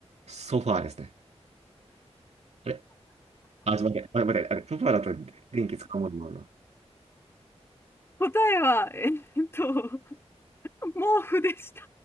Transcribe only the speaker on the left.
答えは、えっと、毛布でした。